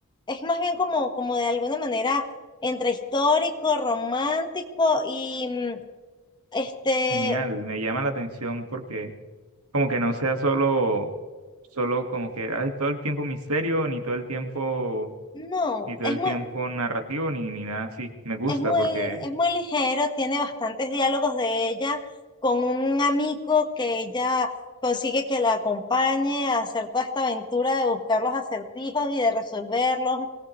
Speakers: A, on the left; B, on the right.
A: es más bien como, como de alguna manera entre histórico, romántico y mm, este,
B: Genial, me llama la atención porque como que no sea solo, solo como que hay todo el tiempo misterio, ni todo el tiempo
A: no,
B: ni todo
A: es
B: el
A: muy
B: tiempo narrativo ni, ni nada así. Me gusta
A: Es muy,
B: porque
A: es muy ligero, tiene bastantes diálogos de ella con un amigo que ella consigue que la acompañe a hacer toda esta aventura de buscar los acertijos y de resolverlos.